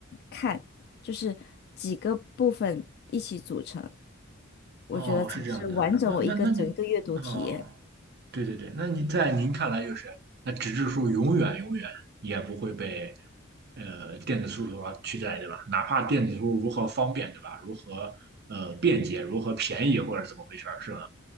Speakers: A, on the left; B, on the right.
A: 看，就是几个部分一起组成，我觉得才是完整我一个整个阅读体验。
B: 哦，是这样的，那那那你哦。对对对，那你在您看来就是，那纸质书永远永远也不会被呃电子书所取代，对吧？哪怕电子书如何方便，对吧？如何呃便捷，如何便宜，或者怎么回事儿，是吧？